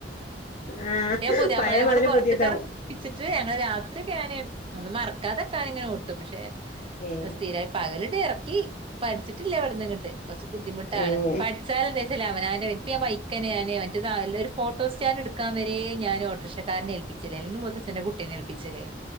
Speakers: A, on the left (about 40°); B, on the right (about 30°).
A: ആഹ്
B: ണ്ണിലെന്ന് പുതിയാപ്പൾനെ
A: പഴയ മതില്
B: കൊണ്ട് പൊർത്ത്ക്കെർകിച്ച്ട്ട്
A: പുതിയതാവും
B: രാത്രിക്കെ ഞാന് മറക്കാത്ക്കാന്ങ്ങനെ ഓട്ടും പക്ഷെ
A: ഏഹ്
B: സ്ഥിരായി പകല് ഇറക്കി പഠിച്ചിട്ടില്ല ഇവിട്ന്ന്ങ്ങട്ട് കൊർച്ച് ബുദ്ധിമുട്ടാണ്
A: ഏഹ്
B: പഠിച്ചാലന്തച്ചാല് അവനാൻ്റെ മൈക്കന്നെ ഞാന് മറ്റ ഒരു ഫോട്ടോ സ്റ്റാൻ എടുക്കാ വരെ ഞൻ ഓട്ടോറിക്ഷക്കാരനെ ഏൽപ്പിച്ചില്ലേ അല്ലെങ്കിൽ എന്റെ കുട്ടിനെ ഏൽപ്പിച്ചലേനി